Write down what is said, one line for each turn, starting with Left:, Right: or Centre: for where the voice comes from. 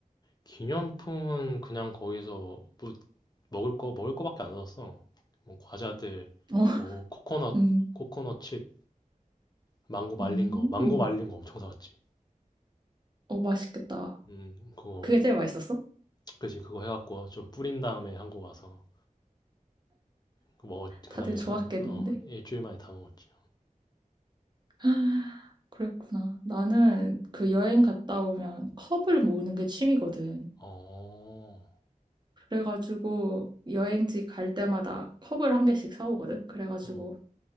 Left: 기념품은 그냥 거기서 뭐 먹을 거 먹을 거밖에 안 샀어. 뭐 과자들,
Right: 어,
Left: 뭐 코코넛,
Right: <laughs> 음,
Left: 코코넛 칩, 망고 말린
Right: 음,
Left: 거, 망고 말린 거 엄청 사왔지.
Right: 어, 맛있겠다.
Left: 음, 그거,
Right: 그게 제일 맛있었어?
Left: 그지. 그거 해갖고 좀 뿌린 다음에 한국 와서. 그 먹었,
Right: 다들
Left: 그 다음에
Right: 좋았겠는데?
Left: 한, 어,
Right: <gasps>
Left: 일주일 만에 다 먹었지.
Right: <laughs> 그랬구나. 나는 그
Left: 음.
Right: 여행 갔다 오면 컵을 모으는 게 취미거든.
Left: 어,
Right: 그래가지고 여행지 갈 때마다 컵을 한 개씩 사오거든. 그래가지고
Left: 어,